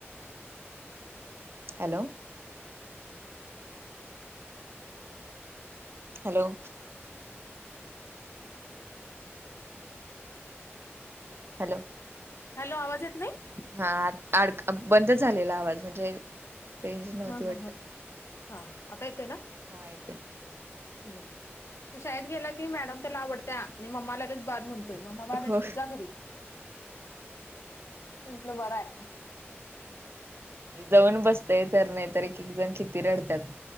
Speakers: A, on the right (about 60°); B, on the left (about 75°).
A: Hello. Hello. Hello.
B: Hello आवाज येत नाही.
A: हा आत आड बंद झालेला आवाज म्हणजे रेंज नव्हती
B: हा
A: वाटत
B: हा हा हा, आता येतोय ना?
A: हां येतोय.
B: ह, तो शाळेत गेला की मॅडम त्याला आवडत्या आणि मम्मा लगेच बाद म्हणतोय, मम्मा बाद आहेस
A: हो
B: तु जा घरी. म्हटलं बरराय.
A: जाऊन बसतय तर, नायतर एक एक जण किती रडत्यात.